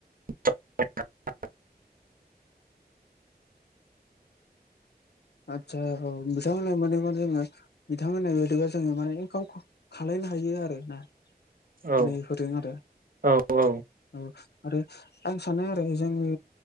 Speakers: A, on the right; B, on the left.
A: ए <unintelligible>
B: आतसा औ बिथां मोना माने मा जोङो बिथां होननाय बायदिबा जोङो माने इनकाम खालायनो हायो आरो ना।
A: औ
B: माने होदों आरो
A: औ औ
B: ओ आरो आं सानो आरो जोंङनि